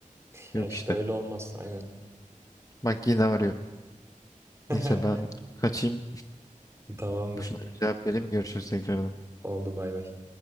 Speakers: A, on the right (about 20°); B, on the left (about 25°).
A: <laughs>
B: yok
A: Ya işte
B: işte.
A: öyle olmaz aynen.
B: Bak yine arıyor.
A: <laughs>
B: Neyse ben kaçayım.
A: Tamamdır.
B: Şuna bir cevap vereyim. Görüşürüz tekrardan.
A: Oldu bay bay.